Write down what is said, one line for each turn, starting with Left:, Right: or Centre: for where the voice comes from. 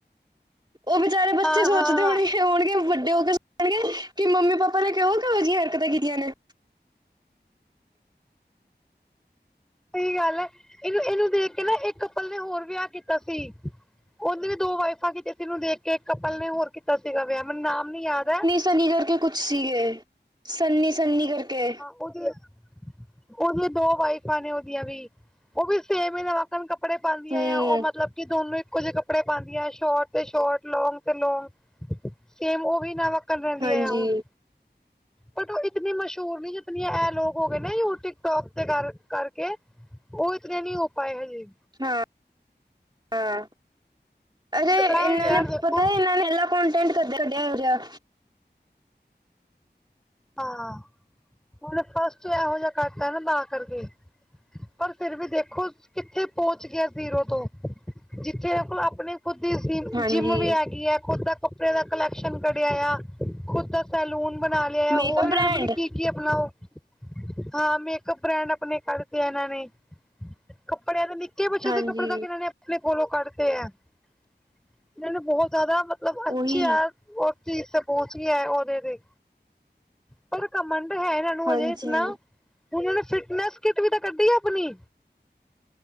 Right: ਉਹ ਬੇਚਾਰੇ ਬੱਚੇ
Centre: ਹਾਂ,
Right: ਸੋਚਦੇ
Centre: ਹਾਂ, ਹਾਂ
Right: ਹੋਣਗੇ- ਹੋਣਗੇ- ਵੱਡੇ ਹੋ ਕੇ ਸੁਣਗੇ ਕਿ ਮੰਮੀ ਪਾਪਾ ਨੇ ਕਿਹੋ ਕਿਹੋ ਜਿਹੀਆਂ ਹਰਕਤਾਂ ਕੀਤੀਆਂ ਨੇ-
Centre: ਸਹੀ ਗੱਲ ਹ ਇਹਨੂੰ ਇਹਨੂੰ ਦੇਖ ਕੇ ਨਾ ਇਕ ਕਪਲ ਨੇ ਹੋਰ ਵਿਆਹ ਕੀਤਾ ਸੀ- ਉਹਦੀ ਵੀ ਦੋ ਵਾਈਫਾਂਤੇ ਤਨ ਨੂੰ ਦੇਖ ਕੇ ਕਪਲ ਨੇ ਹੋਰ ਕੀਤਾ ਸੀਗਾ ਵਿਆਹ ਮੈਨੂੰ ਨਾਮ ਨੀ ਯਾਦ ਹੈ।
Right: ਸਨੀ ਕਰਕੇ ਕੁਛ ਸੀਗੇ ਸੰਨੀ ਸੰਨੀ ਕਰਕੇ-
Centre: ਉਹਦੀ ਉਹਦੀਆਂ ਦੋ ਵਾਈਫਾਂ ਨੇ ਉਹਦੀਆਂ ਵੀ ਉਹ ਵੀ ਸੇਮ ਹੀ- ਕੱਪੜੇ ਪਾਉਦੀਆਂ
Right: ਹੂੰ
Centre: ਆ ਉਹ ਮਤਲਬ- ਦੋਨੋ ਇਕੋ ਜਿਹੇ ਕੱਪੜੇ ਪਾਉਦੀਆਂ ਸ਼ੋਰਟ ਤੇ ਸ਼ੋਰਟ ਲੋਂਗ ਤੇ ਲੋਗ- ਸੇਮ ਉਹ ਵੀ ਨਾ ਵੱਕਣ ਰਹਿੰਦੀਆਂ
Right: ਹਾਂਜੀ
Centre: ਆ ਹੁਣ ਬਟ ਉਹ ਇਤਨੀ ਮਸ਼ਹੂਰ ਝੂਰ ਨੀ ਜਿਨੀਆਂ ਇਹ ਲੋਕ ਹੋ ਗਏ ਨੇ ਉਹ ਟਿਕਟੋਕ ਤੇ ਕਰ ਕਰਕੇ- ਉਹ ਇਤਨ ਨਹੀ ਹੋ ਪਾਏ ਹਜੇ-
Right: ਹਾਂ -ਹਾਂ ਅਰੇ
Centre: ਇਹ
Right: ਇਹਨਾ
Centre: ਯਾਰ
Right: ਨੇ
Centre: ਦੇਖੋ
Right: ਪਤਾ ਇਹਨਾ ਨੇ- ਕੋਂਟੈਂਟ ਕੱਦੇ ਕੱਢਿਆ ਹੋ ਜਿਹਾ-
Centre: ਹਾਂ ਉਹਨੇ ਫਸਟ ਇਹੋ ਜਿਹਾ ਕਰ ਦੀਤਾ ਤਾਂ ਕਰਕੇ- ਪਰ ਫਿਰ ਵੀ ਦੇਖੋ ਕਿਥੇ ਪਹੁੰਚ ਗਿਆ ਜ਼ੀਰੋ ਤੋਂ- ਜਿਥੇ ਆਪਣੇ- ਖੁਦ ਦੀ ਜਿਮ
Right: ਹਾਂਜੀ
Centre: ਜਿੰਮ ਵੀ ਹੈਗੀ ਹੈ। ਖੁਦ ਦਾ ਕੱਪੜੇ ਦਾ ਕਲੈਕਸ਼ਨ ਕਢਿਆ ਆ ਖੁਦ ਦਾ- ਸੈਲੂਨ ਬਣਾ ਲਿਆ
Right: ਮੇਕਅਪ
Centre: ਹੋਰ
Right: ਬ੍ਰਾਂਡ
Centre: ਜਿਹੜਾ ਮਤਲਬ ਕੀ ਕੀ ਅਪਣਾਓ ਹਾਂ ਮੇਕਅਪ ਬ੍ਰਾਂਡ ਆਪਣੇ ਕੱਢ ਇਹਨਾ ਨੇ- ਕੱਪੜਿਆਂ ਦੇ ਨਿਕੇ ਬੱਚੇ
Right: ਹਾਂਜੀ
Centre: ਦੇ ਕੱਪੜੇ ਦਾ ਕਿਹਨਾ ਨੇ- ਆਪਣੇ ਕੋਲੋ ਕਰਦੇ ਹੈ। ਇਹਨਾ ਨੇ ਬਹੁਤ ਜਿਆਦਾ ਮਤਲਬ ਅਛੇ
Right: ਉਹੀ
Centre: ਆ। ਉਹ ਚੀ ਪਹੁੰਚ ਗਿਆ ਉਹਦੇ ਤੇ- ਪਰ ਕਮਣ ਤੇ ਹੈ। ਇਹ ਨੂੰ
Right: ਹਾਂਜੀ
Centre: ਅਜੇ ਇਤਨਾ- ਉਹ ਨੇ ਫਿਟਨੈਂਸ ਕਿਟ ਵੀ ਤਾਂ ਕੱਢੀ ਆ ਆਪਣੀ